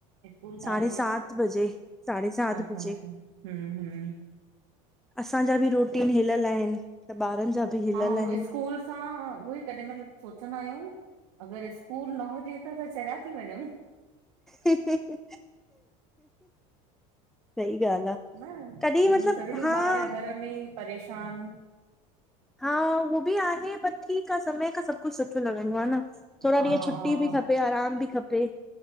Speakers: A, on the right; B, in the centre.
A: स्कूल काएं
B: साढे
A: बजे
B: सात
A: तन
B: बजे, साढे सात
A: अच्छा
B: बजे
A: अच्छा हूं हूं
B: असांजा बि रुटीन हिलियल आहिनि त ॿारनि जा बि हिलियल
A: हा उहो
B: आहिनि
A: स्कूल असां उहो ई कॾी महिल सोचंदा आहियूं अगरि स्कूल न हुजे त असां चरिया थी वञूं।
B: सही ॻाल्हि आहे
A: न
B: कॾहिं मतिलबु
A: सॼो ॾींहुं
B: हा
A: ॿार घर में परेशान
B: हा उह बि आहे पर ठीकु आ समय खां सभु कुझु सुठ सुठो लॻंदो आ न थोरा
A: हा
B: ॾींहं छुटी
A: हा
B: बि खपे आरामु बि खपे